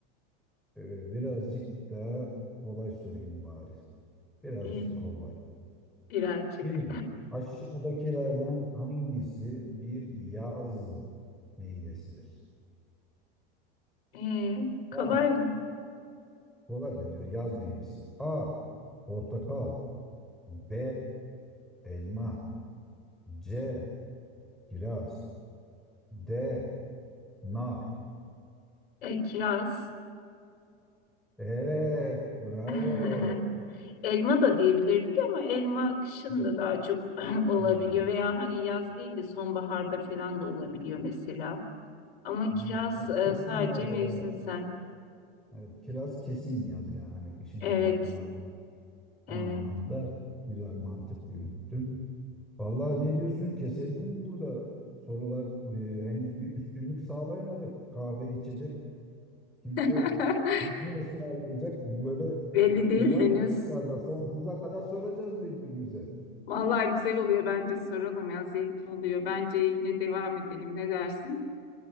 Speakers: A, in the centre; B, on the left.
A: e, birazcık daha kolay sorayım bari. Birazcık
B: İyi.
A: kolay.
B: Birazcık.
A: Şimdi aşağıdakilerden hangisi bir yaz meyvesidir?
B: Ee, kolay
A: A.
B: mı?
A: Kolay bence de, yaz meyvesi. A. Portakal. B. Elma. C. Kiraz. D. Nar.
B: E, kiraz.
A: Evet, bravo.
B: <laughs> Elma da diyebilirdik ama elma kışın
A: Yok,
B: da daha çok <clears throat> olabiliyor
A: Şimdi var.
B: veya hani yaz değil de sonbaharda falan da olabiliyor mesela. Ama
A: Aynen.
B: kiraz
A: Evet,
B: e,
A: kesin
B: sadece
A: yaz olarak.
B: mevsimsel.
A: Evet, kiraz kesin yaz yani. Hani kışın olma
B: Evet,
A: ihtimali yok. O
B: evet.
A: anlamda güzel mantık yürüttün. Vallahi ne diyorsun? Keselim mi burada? Sorular e, henüz bir üstünlük sağlayamadık. Kahve içecek. Kimse
B: <laughs>
A: ne ısmarlayacak? Böyle
B: Belli değil
A: devam
B: henüz.
A: edecekler de sonsuza kadar soracağız birbirimize.
B: Vallahi güzel oluyor bence soralım ya zevkli oluyor. Bence yine devam edelim ne dersin?